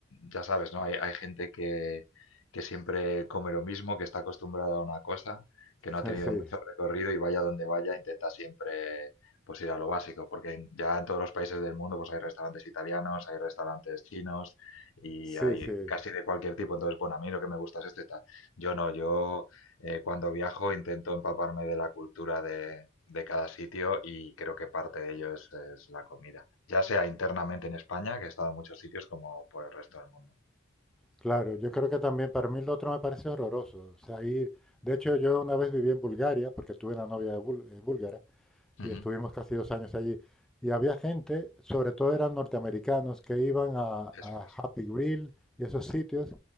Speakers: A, on the left (about 75°); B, in the centre.
A: ya sabes, ¿no? Hay, hay gente que, que siempre come lo mismo, que está acostumbrada a una cosa, que no ha
B: <laughs>
A: tenido
B: Ah, Sí,
A: mucho recorrido y vaya donde vaya, intenta siempre pues ir a lo básico, porque en- ya en todos los países del mundo pues hay restaurantes italianos, hay restaurantes chinos y
B: sí,
A: hay
B: sí,
A: casi de cualquier tipo. Entonces, bueno, a mí lo que me gusta es este y tal. Yo no, yo eh, cuando viajo intento empaparme de la cultura de, de cada sitio y creo que parte de ello es es la comida. Ya sea internamente en España, que he estado en muchos sitios, como por el resto del mundo.
B: claro. Yo creo que también para mí lo otro me parece horroroso. O sea, ir, de hecho, yo una vez viví en Bulgaria, porque tuve una novia de búl- eh, búlgara,
A: Ujú,
B: y estuvimos casi dos años allí. Y había gente, sobre todo eran norteamericanos, que iban a, a
A: Eso es.
B: Happy Grill y esos sitios